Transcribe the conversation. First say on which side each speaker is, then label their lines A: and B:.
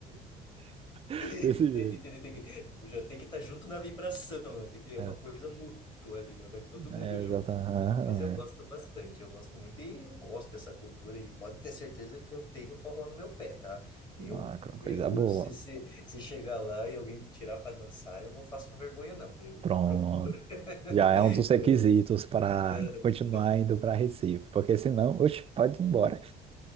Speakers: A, on the right; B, on the left.
A: <laughs>
B: Entendi,
A: Desse jeito.
B: entendi. Tem que, já tem que estar junto na vibração, né? Tem que é
A: É,
B: uma coisa mútua ali, né? Vai todo mundo
A: é,
B: junto.
A: exatamente. aham,
B: Mas eu gosto
A: é.
B: bastante, eu gosto muito e eu gosto dessa cultura e pode ter certeza que eu tenho forró no meu pé, tá? Eu,
A: Uma co- coisa
B: eu
A: boa.
B: se, se, se chegar lá e alguém me tirar para dançar, eu não faço vergonha não, eu
A: Pronto.
B: procuro. <laughs>
A: Já é um dos requisitos para
B: Eu,
A: continuar
B: <laughs>
A: indo para Recife, porque senão, oxe, pode ir embora.